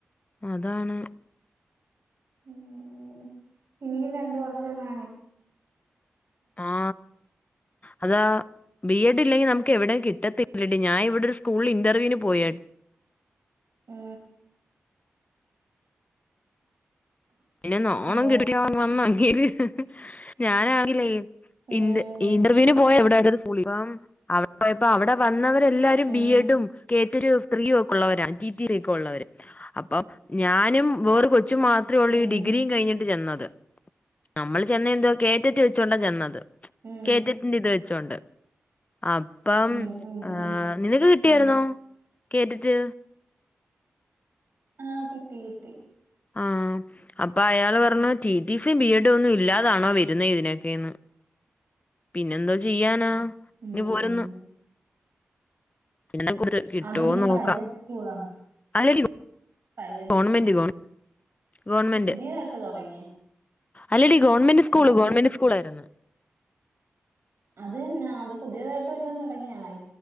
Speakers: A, on the left (about 35°); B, on the right (about 65°).
A: അതാണ്
B: ഉം ഇനിയും രണ്ട് വർഷം വേണെ
A: ആ അതാ ബി. എഡ് ഇല്ലെങ്കി നമുക്കെവ്ടേം കിട്ടത്തില്ലെടി ഞാ ഇവ്ടൊരു സ്കൂളിൽ ഇന്റർവ്യൂന് പോയ
B: ആ
A: പിന്നെ നാണം
B: ഹലോ
A: കെട്ട്ട്ട് ഞാൻ വന്ന് <unintelligible> ഞാനാണെങ്കിലെ
B: ഉം
A: ഇന്റ ഇന്റർവ്യൂന് പോയ <unintelligible> <unintelligible> അവ്ടെ പോയപൊ അവ്ടെ വന്നവ തെല്ലാരും
B: ഉം
A: ബി. എഡും, കെ റ്റൊരു സ്ത്രീ ഒക്കെ ഉള്ളവരാ. ട്ടീട്ടീരെ ക്കെ ഉള്ളവര്. അപ്പൊ ഞാനും വേറെ കൊച്ചും മാ രൊള്ളീ
B: ഉം
A: ഡിഗ്രീ കഴിഞ്ഞ്ട്ട് ചെന്ന എ നമ്മള് ചെന്നെന്തൊ കേറ്ററ്റൊയ്ച്ചോണ്ടാ ചെന്നത്
B: ഉം
A: കേറ്ററ്റിന്റത് വെ ചൊണ്ട് അപം
B: ഉം ഉം
A: ഏഹ്
B: ഉം
A: നിനക്ക് കിട്ടിയാര്ന്നോ
B: ഉം
A: കേട്ടിറ്റ്
B: ആഹ് കിട്ടി കിട്ടി
A: ആഹ് അപ്പൊ അയാള് പർഞ്ഞു ട്ടീട്ടീസി, ബിഎഡും ഒന്നുല്ലാതാണോ വരുന്നെ ഇതിനൊക്കെന്ന്. പിന്നെന്തോ ചെയ്യാനാ.
B: ഉം
A: ഇനി പോരന്ന് പിന്നെ കിട്ടുവോ
B: അതെന്ത്
A: നോക്കാം
B: പ്രൈവറ്റ് സ്കൂളാ.
A: അല്ലടി
B: പ്രൈവറ്റ്
A: ഗവൺമെന്റ്
B: സ്കൂള
A: ഗവൺ ഗവൺമെന്റ്
B: പുതിയതെട്ത് തുടങ്ങിയ
A: അല്ലടി ഗോൺമെന്റ്സ്കൂള്
B: അവിടെ
A: ഗോൺമെന്റ് സ്കൂളായിരുന്നു
B: അത് ന്നാ അത് പുതിയതായിട്ട് വല്ലോം തുടങ്ങിയാണോ? ഇ